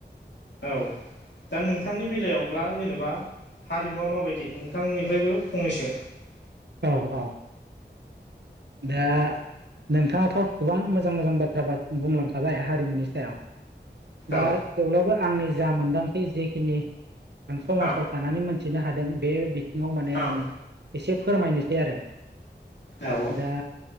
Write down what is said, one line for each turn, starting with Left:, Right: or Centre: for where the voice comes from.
Left: औ। दा नोंथांनि बेलायावब्ला जेनेबा हारिमुवा माबायदि नोंथांनिफ्रायबो फंनैसो
Right: औ औ। दा नोंथाङाथ' गोबां मोजां मोजां बाथ्रा बुंलांखाबाय हारिमुनि सायाव। दा
Left: औ
Right: थेवब्लाबो आंनि जा मोनदांथि जेखिनि आं समाजाव
Left: औ
Right: थानानै मोनथिनो हादों बे बिथिङाव माने आं
Left: औ
Right: एसे फो फोरमायनोसै आरो।
Left: औ औ
Right: दा